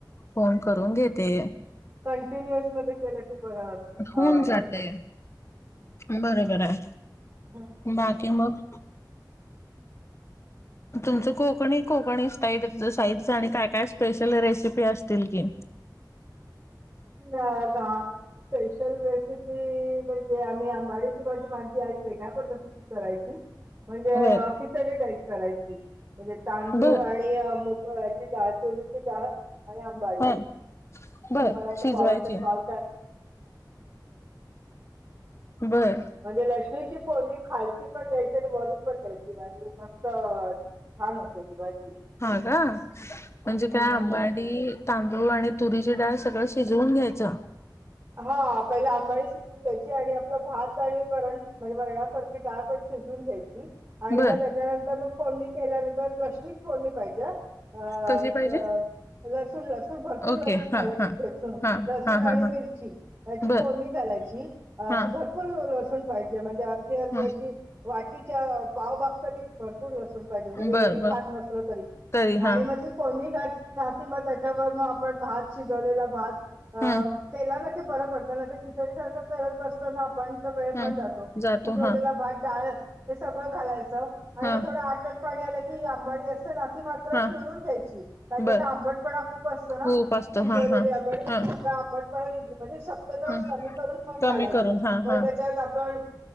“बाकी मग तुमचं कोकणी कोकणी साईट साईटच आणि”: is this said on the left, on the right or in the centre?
Left